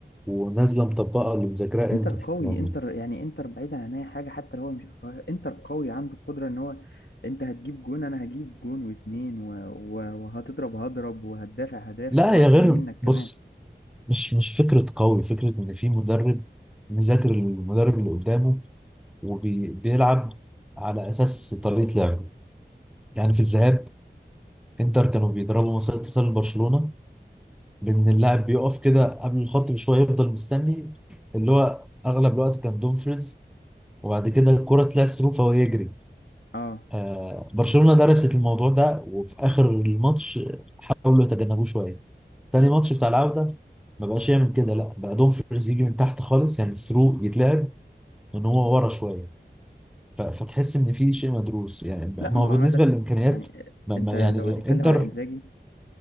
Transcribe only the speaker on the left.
انتر
قوي
انتر يعني انتر بعيدا عن اي حاجه حتى لو هو مش أفواه، انتر قوي عنده القدره ان هو انت هتجيب جون انا هجيب جون واتنين و... و... وهتضرب هضرب وهتدافع هدافع
واحسن
منك كمان
اه
لا
ما
هو
عامه
يعني
انت
لو هتتكلم
على انزاجي